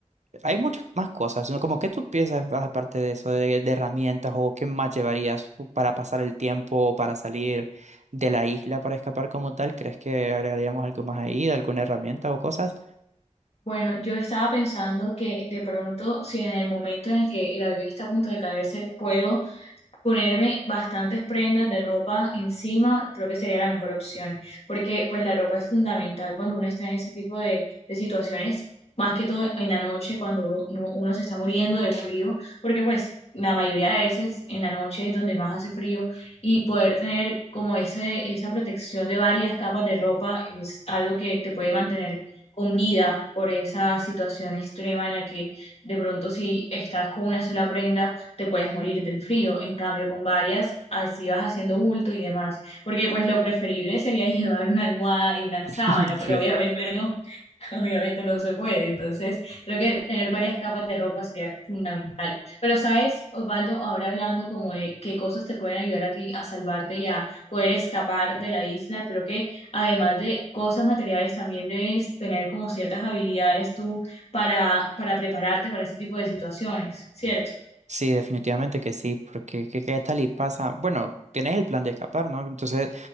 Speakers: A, on the right; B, on the left.
A: hay muchas más cosas, ¿no? Como que tú piensas más aparte de eso, de, de herramientas o qué más llevarías para pasar el tiempo o para salir de la isla para escapar como tal. ¿Crees que agregaríamos algo más ahí, de alguna herramienta o cosas?
B: Bueno, yo estaba pensando que de pronto, si en el momento en el que el avión está a punto de caerse, puedo ponerme bastantes prendas de ropa encima, creo que sería la mejor opción, porque pues la ropa es fundamental cuando uno está en ese tipo de, de situaciones, más que todo en la noche, cuando uno, uno se está muriendo de frío, porque pues la mayoría de veces en la noche es donde más hace frío y poder tener como ese, esa protección de varias capas de ropa es algo que te puede mantener con vida por esa situación extrema en la que de pronto si estás con una sola prenda, te puedes morir del frío. En cambio, con varias, así vas haciendo bulto y demás. Porque pues lo preferible sería <laughs> llevar una almohada y una sábana,
A: <laughs>
B: pero
A: Sí.
B: obviamente no, <laughs> obviamente no se puede. Entonces, creo que tener varias capas de ropa sería fundamental. Pero sabes, Osvaldo, ahora hablando como de qué cosas te pueden ayudar a ti a salvarte y a poder escapar de la isla, creo que además de cosas materiales, también debes tener como ciertas habilidades tú para, para prepararte para ese tipo de situaciones, ¿cierto?
A: Sí, definitivamente que sí, porque ¿qué, qué tal y pasa? Bueno, tienes el plan de escapar, ¿no? Entonces